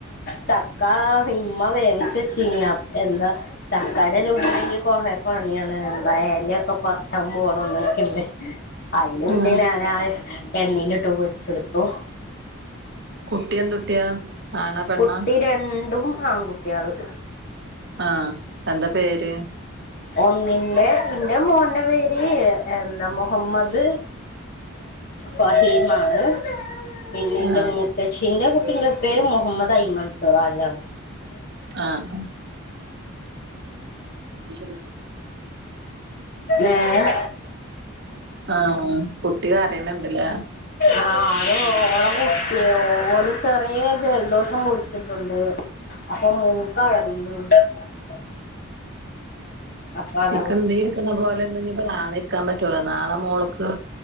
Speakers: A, on the left; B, on the right.
A: ചക്കാ ഇമ്മ വേവിച്ച് വെച്ചീനി അപ് എന്താ ചക്കാടെ <unintelligible> കൊറെ പണിയാണ് എന്തായാലും ഒക്കെ പറച്ചാൻ പോണം <unintelligible> അയില് പിന്നെ
B: ആ
A: ഞാനാ ആ എണ്ണേലിട്ട് പൊരിച്ചെടുത്തു
B: കുട്ടി എന്തുട്ടിയാ? ആണാ പെണ്ണാ
A: കുട്ടി രണ്ടും ആൺകുട്ടിയാള്
B: ആഹ് എന്താ പേര്
A: ഒന്നിന്റെ ഇൻ്റെ മോന്റെ പേര് എ എന്താ മൊഹമ്മദ് വഹീമാണ് പിന്നെ
B: ആ
A: ൻ്റെ മൂത്തച്ചിൻ്റെ കുട്ടിന്റെ പേര് മുഹമ്മദ് ഐമൻ സ്വറാജാണ്
B: ആഹ് <unintelligible>
A: ഏഹ്
B: ആഹ് കുട്ടി കരേന്ന്ണ്ട്ലെ
A: ആഹ് അത് ഓളാ കുട്ടിയോ ഓന് ചെറിയ ജലദോഷം പുടിച്ചിട്ടുണ്ട് അപ്പൊ മൂ <unintelligible> അപ്പൊ അതാണ്
B: നിക്കുംതോര്. ക്കുന്ന പോലെന്ന ഞ്ഞിപ്പോ നാളെ ഇരിക്കാൻ പറ്റൂല. നാളെ മോള്ക്ക്